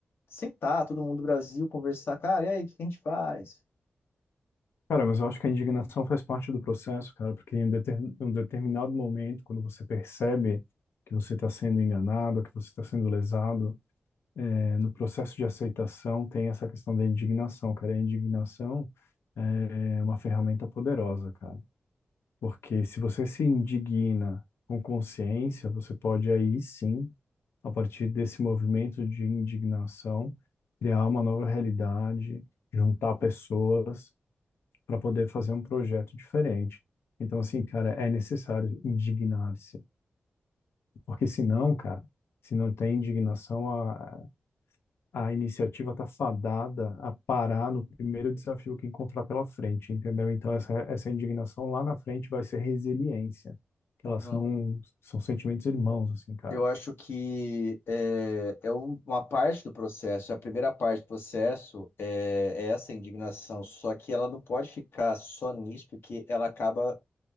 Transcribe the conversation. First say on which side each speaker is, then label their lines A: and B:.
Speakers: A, on the left; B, on the left.
A: sentar, todo mundo do Brasil, conversar, cara, e aí, o que que a gente faz?
B: Cara, mas eu acho que a indignação faz parte do processo, cara, porque em um deter- em um determinado momento, quando você percebe que você está sendo enganado, que você está sendo lesado, é, no processo de aceitação tem essa questão da indignação, cara. E a indignação é uma ferramenta poderosa, cara. Porque se você se indigna com consciência, você pode aí sim, a partir desse movimento de indignação, criar uma nova realidade, juntar pessoas para poder fazer um projeto diferente. Então, assim, cara, é necessário indignar-se. Porque senão, cara, se não tem indignação, a, a iniciativa está fadada a parar no primeiro desafio que encontrar pela frente, entendeu? Então, essa, essa indignação lá na frente vai ser resiliência.
A: Uhum.
B: Elas são, são sentimentos irmãos, assim, cara.
A: Eu acho que é, é um- uma parte do processo, a primeira parte do processo é, é essa indignação, só que ela não pode ficar só nisso, porque ela acaba